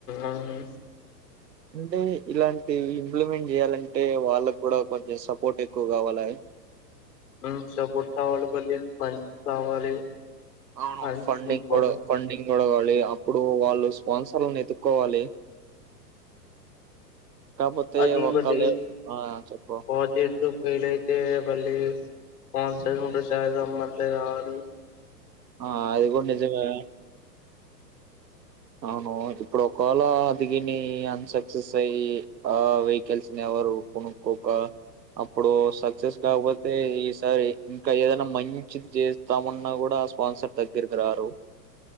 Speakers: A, on the left (about 65°); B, on the right (about 75°).
A: అవునా
B: అంటే ఇలాంటి ఇంప్లిమెంట్ చేయాలంటే వాళ్ళకు కూడా కొంచెం సపోర్ట్ ఎక్కువ కావాల
A: హు సపోర్టు కావాలి మళ్ళీ పంచ్ కావాలి
B: అవును
A: ఫండ్స్
B: ఫండింగ్
A: ఇంపార్టెంట్
B: కూడా ఫండింగ్ కొడగాలి అప్పుడు వాళ్ళు స్పాన్సర్లను ఎతుక్కోవాలి కాకపోతే
A: అది
B: ఒక్కళ
A: మళ్ళీ
B: ఆ చెప్ప
A: ప్రాజెక్ట్ ఫెయిల్ అయితే మళ్ళీ ఫన్ <unintelligible> రమ్మంతే రావాలి
B: ఆ అది కూడా నిజమే అవును ఇప్పుడు ఒకవేళ అ దిగని అన్సక్సెస్ అయి ఆ వెహికల్స్ని ఎవరు కొనుక్కొక అప్పుడు సక్సెస్ కాకపోతే ఈసారి ఇంకా ఏదైనా మంచిది చేస్తామన్నా కూడా స్పాన్సర్ దగ్గరికి రారు